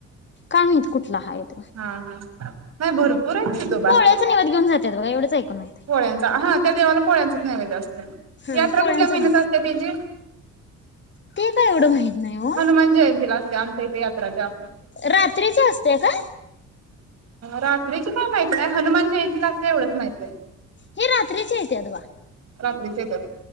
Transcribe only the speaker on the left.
काय माहीत कुठला हाय तो
पोळ्याचा
नैवेद्य घेऊन जातात बघा एवढंच ऐकून माहित आहे.
हा पोळ्यांचा
ते काय एवढं माहित नाही हो
रात्रीचे असत्या काय?
हे रात्रीच येत्यात बघा